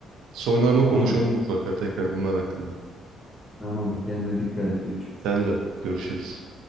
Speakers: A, on the right; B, on the left.
A: Sonra ama konuşalım
B: Tamam.
A: mutlaka tekrar bunlar hakkında.
B: Tamamdır. Kendine dikkat et. Görüşürüz.
A: Sen de görüşürüz.